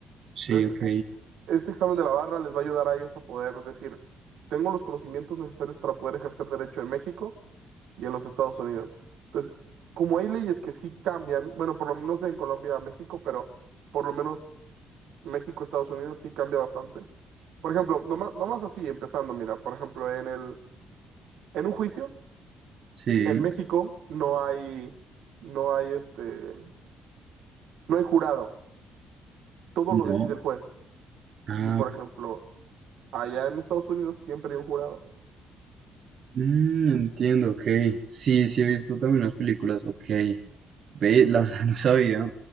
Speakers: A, on the right (about 55°); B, on the right (about 80°).
A: Sí,
B: Entonces,
A: ok,
B: este examen de la barra les va a ayudar a ellos a poder decir, tengo los conocimientos necesarios para poder ejercer derecho en México y en los Estados Unidos. Entonces, como hay leyes que sí cambian, bueno, por lo menos en Colombia a México, pero por lo menos México, Estados Unidos sí cambia bastante. Por ejemplo, nomás, nomás así, empezando, mira, por ejemplo, en el, en un juicio,
A: sí.
B: En México no hay, no hay este, no hay jurado. Todo lo
A: No.
B: decide el juez. Y
A: Ah,
B: por ejemplo, allá en Estados Unidos siempre hay un jurado.
A: mm, entiendo, ok. Sí, sí he visto también las películas, ok. Ve, la verdad <laughs> no sabía.